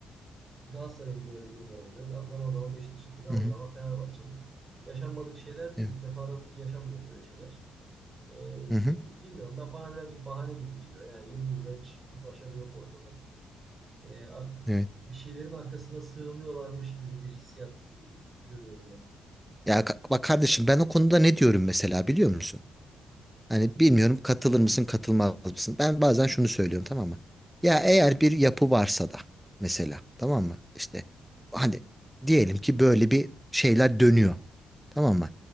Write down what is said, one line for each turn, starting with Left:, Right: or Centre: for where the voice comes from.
Right: Galatasaray'ın böyle durumlar oluyor. Zaman zaman Beşiktaş'ın, zaman
Centre: Hı hı.
Right: zaman Fenerbahçe'nin. Yaşanmadık şeyler değil.
Centre: Evet.
Right: İlk defa da yaşanmıyor böyle şeyler. Ee,
Centre: Hı hı.
Right: bil- bilmiyorum ben bana birazcık bahane gibi geliyor. Yani 7 yılda hiç bir başarı yok ortada. Ee, artık
Centre: Evet.
Right: bir şeylerin arkasına sığınıyorlarmış gibi bir hissiyat e, görüyorum ben.
Centre: Ya ka- bak kardeşim ben o konuda ne diyorum mesela biliyor musun? Hani bilmiyorum katılır mısın katılmaz mısın? Ben bazen şunu söylüyorum tamam mı? Ya eğer bir yapı varsa da mesela tamam mı? İşte hani diyelim ki böyle bir şeyler dönüyor tamam mı?